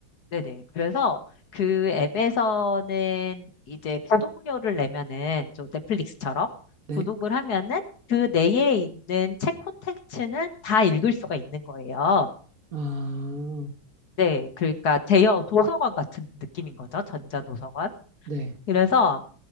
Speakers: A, on the left; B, on the right.
A: 네네. 그래서 그 앱에서는 이제 구독료를 내면은, 저 넷플릭스처럼
B: 네.
A: 구독을 하면은 그 내에 있는 책 콘텐츠는 다 읽을 수가 있는 거예요.
B: 아,
A: 네. 그러니까 대여 도서관 같은 느낌인 거죠. 전자도서관.
B: 네,
A: 그래서